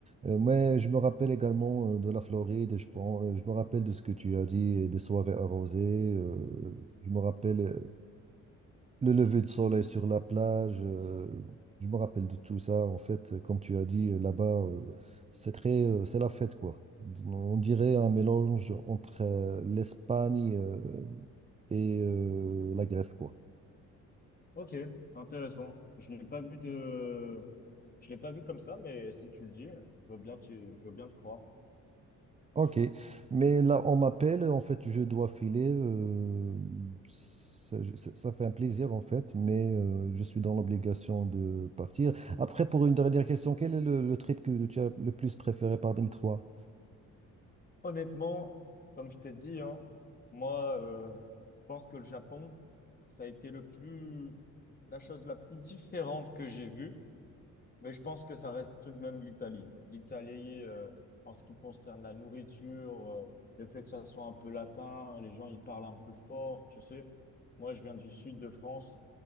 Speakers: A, on the right; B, on the left.
A: Euh, mais je me rappelle également euh, de la Floride, je pense, euh, je me rappelle de ce que tu as dit, et des soirées arrosées. euh, je me rappelle le le lever de soleil sur la plage, euh, je me rappelle de tout ça. En fait, comme tu as dit, euh, là-bas, euh, c'est très, euh, c'est la fête, quoi. On dirait un mélange entre euh, l'Espagne euh, et euh, la Grèce, quoi.
B: Ok, intéressant. Je l'ai pas vu de, je l'ai pas vu comme ça, mais si tu le dis, je veux bien, te- je veux bien te croire.
A: Ok, mais là, on m'appelle, en fait, je dois filer. euh, ça, je- ça- ça fait un plaisir, en fait, mais euh, je suis dans l'obligation de partir. Après, pour une dernière question, quel est le, le trip que tu as le plus préféré parmi les trois?
B: Honnêtement, comme je t'ai dit, hein, moi, euh, je pense que le Japon, ça a été le plus, la chose la plus différente que j'ai vue, mais je pense que ça reste tout de même l'Italie. L'Italie, euh, en ce qui concerne la nourriture, euh, le fait que ça soit un peu latin, les gens, ils parlent un peu fort, tu sais. Moi, je viens du sud de France,